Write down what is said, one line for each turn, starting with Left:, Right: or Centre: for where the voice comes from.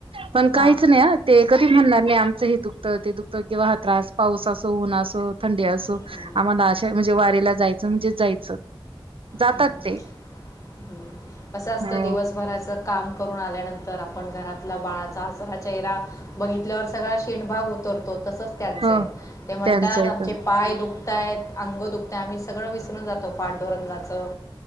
Right: पण
Left: हां
Right: काहीच नाही आ ते कधी म्हणणार नाही आमचं हे दुःख तं ते दुखतं किंवा हा त्रास, पाऊस असो, ऊन्ह आसो. थंडी असो,
Left: हम्म,
Right: आम्हाला अशा म्हणजे वारीला जायचं म्हणजे जायचं. जातात
Left: हम्म,
Right: ते
Left: हम्म. असं असतं
Right: हो
Left: दिवसभराचं काम करून आल्यानंतर आपण घरातला बाळचा हसरा चेहरा बघितल्यावर सगळा शेंड भाग उतरतो. तसंच त्यांचं
Right: हो
Left: आहे. ते म्हणतात
Right: त्यांचं एक
Left: आमचे पाय दुखताहेत. अंगो दुखत्या आम्ही सगळं विसरून जातो. पांडुरंग चं,